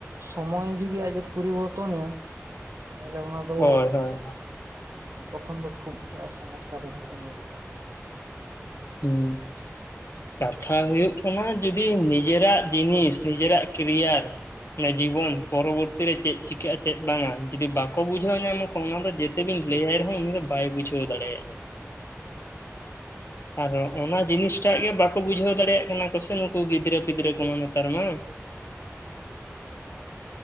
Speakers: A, on the right (about 70°); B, on the left (about 55°).
A: ᱥᱚᱢᱚᱭ ᱡᱩᱫᱤ ᱟᱡ ᱮ ᱯᱚᱨᱤᱵᱚᱨᱛᱚᱱᱮᱭᱟ ᱛᱟᱦᱚᱞᱮ ᱚᱱᱟ ᱫᱚ
B: ᱦᱳᱭ ᱦᱳᱭ
A: ᱛᱚᱠᱷᱚᱱ ᱫᱚ ᱠᱷᱩᱵ ᱜᱮ ᱥᱚᱢᱚᱥᱥᱟ ᱨᱮ ᱦᱟᱜ ᱧᱩᱨᱩᱜᱼᱟ ᱾
B: <unintelligible> ᱠᱟᱛᱷᱟ ᱦᱩᱭᱩᱜ ᱠᱟᱱᱟ ᱡᱚᱫᱤ ᱱᱤᱡᱮᱨᱟᱜ ᱡᱤᱱᱤᱥ ᱱᱤᱡᱮᱨᱟᱜ ᱠᱮᱨᱤᱭᱟᱨ ᱡᱤᱵᱚᱱ ᱯᱚᱨᱚᱵᱚᱨᱛᱤ ᱨᱮ ᱪᱮᱫ ᱪᱤᱠᱟᱹᱜᱼᱟ ᱪᱮᱫ ᱵᱟᱝᱟ ᱡᱩᱫᱤ ᱵᱟᱠᱚ ᱵᱩᱡᱷᱟᱹᱣ ᱧᱟᱢᱟ ᱚᱱᱟ ᱫᱚ ᱡᱮᱛᱮ ᱵᱤᱱ ᱞᱟᱹᱭᱟᱭ ᱨᱮᱦᱚᱸ ᱩᱱᱤ ᱫᱚ ᱵᱟᱭ ᱵᱩᱡᱷᱟᱹᱣ ᱫᱟᱲᱮᱭᱟᱜᱼᱟ᱾ ᱟᱫᱚ ᱚᱱᱟ ᱡᱤᱱᱤᱥᱴᱟᱜ ᱜᱮ ᱵᱟᱠᱚ ᱵᱩᱡᱷᱟᱹᱣ ᱫᱟᱲᱮᱭᱟᱜ ᱠᱟᱱᱟ ᱠᱚᱥᱮ ᱱᱩᱠᱩ ᱜᱤᱫᱽᱨᱟᱹ ᱯᱤᱫᱽᱨᱟᱹ ᱠᱚᱢᱟ ᱱᱮᱛᱟᱨ ᱢᱟ ᱾ <inaudible>